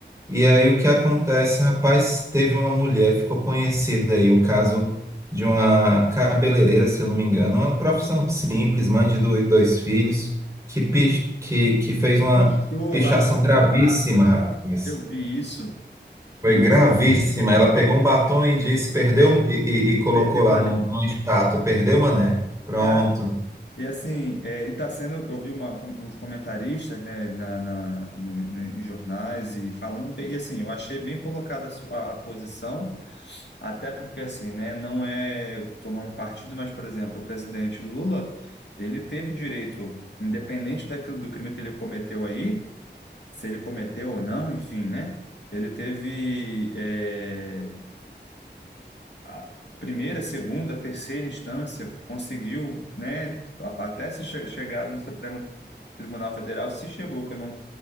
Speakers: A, on the right; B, on the left.
A: E aí o que acontece? Rapaz, teve uma mulher, ficou conhecida aí o caso de uma cabeleireira, se eu não me engano, uma profissão simples, mãe de do- dois filhos, que, pis- que, que fez uma
B: Pichou
A: Pichação
B: lá na
A: gravíssima,
B: estátua,
A: rapaz.
B: cara. Eu vi isso.
A: Foi
B: E
A: gravíssima.
B: assim,
A: Ela pegou um batom e disse, perdeu, e, e- e colocou
B: perdeu
A: lá
B: o maneiro.
A: no, no status, perdeu, mané. Pronto.
B: Cara, e assim, é, e tá sendo, eu vi uma- uns comentaristas, né, na, na- no- no- em jornais e falando bem, e assim, eu achei bem colocada a, su- a- a posição, até porque assim, né, não é tomando partido, mas, por exemplo, o presidente Lula, ele teve direito, independente daquilo, do crime que ele cometeu aí, se ele cometeu ou não, enfim, né, ele teve é, a primeira, segunda, terceira instância conseguiu, né, a- até se che- chegar no Supremo Tribunal Federal, se chegou, que eu não,